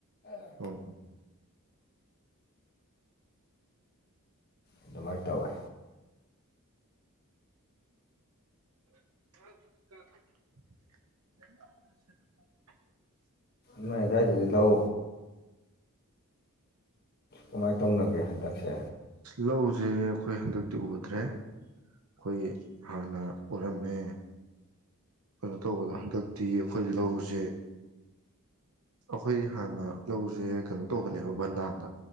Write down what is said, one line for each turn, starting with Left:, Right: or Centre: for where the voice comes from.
Right: ꯎꯝꯝ
Left: ꯑꯗꯨꯃꯥꯏꯅ ꯇꯧꯋꯦ
Right: <unintelligible>
Left: ꯅꯣꯏ ꯑꯗꯥꯏꯗꯗꯤ ꯂꯧ ꯀꯃꯥꯏꯅ ꯇꯧꯅꯒꯦ ꯍꯟꯗꯛꯁꯦ
Right: ꯂꯧꯁꯦ ꯑꯩꯈꯣꯏ ꯍꯟꯗꯛꯇꯤ ꯎꯗ꯭ꯔꯦ ꯑꯩꯈꯣꯏ ꯍꯥꯟꯅ ꯎꯔꯝꯃꯦ ꯀꯩꯅꯣ ꯇꯧꯕꯗꯣ ꯍꯟꯗꯛꯇꯤ ꯑꯩꯈꯣꯏ ꯂꯧꯁꯦ ꯑꯩꯈꯣꯏ ꯍꯥꯟꯅ ꯂꯧꯁꯦ ꯀꯩꯅꯣ ꯇꯧꯕꯅꯦꯕ ꯕꯟꯗꯥꯟꯗ